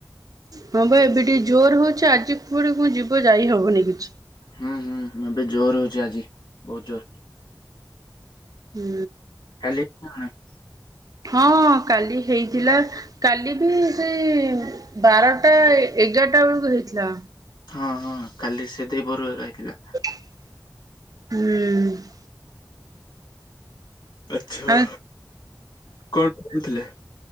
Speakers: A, on the right (about 55°); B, on the left (about 80°).
A: ହଁ ଭାଇ ଏବେ ଟିକେ ଜୋର ହଉଛି ଆଜି କୁଆଡେ କ ଯିବ ଯାଇ ହବନି କିଛି।
B: ହୁଁ ହୁଁ ଏବେ ଜୋର ହଉଛି ଆଜି ବହୁତ ଜୋର।
A: ହୁଁ।
B: କାଲି <unintelligible>
A: ହଁ କାଲି ହେଇଥିଲା କାଲି ବି ସେଇ ବାରଟା ଏଗାରଟା ବେଳକୁ ହେଇଥିଲା।
B: ହଁ ହଁ କାଲି ସେତିକି <unintelligible> ଆଇଥିଲା।
A: ହୁଁ।
B: ଆଛା
A: ଆ
B: କଣ କରୁଥିଲେ?